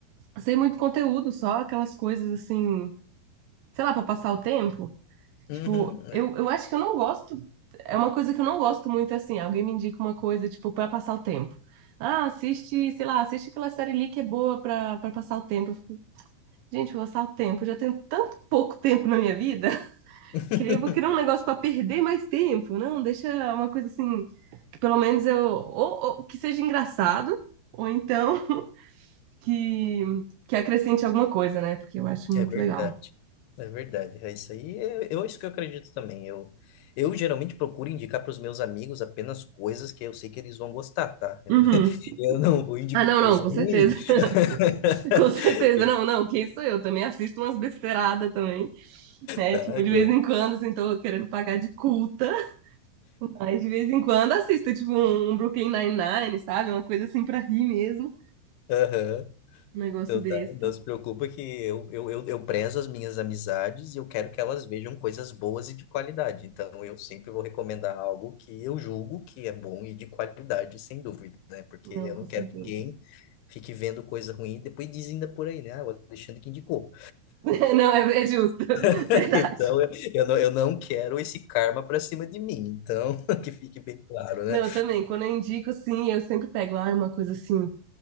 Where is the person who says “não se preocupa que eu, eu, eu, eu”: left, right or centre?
Left